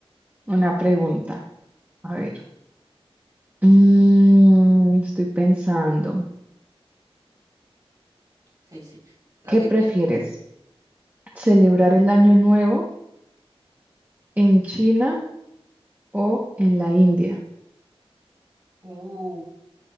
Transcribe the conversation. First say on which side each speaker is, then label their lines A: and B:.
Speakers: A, on the right; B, on the right.
A: una pregunta. A ver, Mm, estoy pensando,
B: Sí, sí, lo
A: ¿qué
B: que
A: prefieres?
B: quieras.
A: ¿Celebrar el año nuevo en China o en la India?
B: Uh.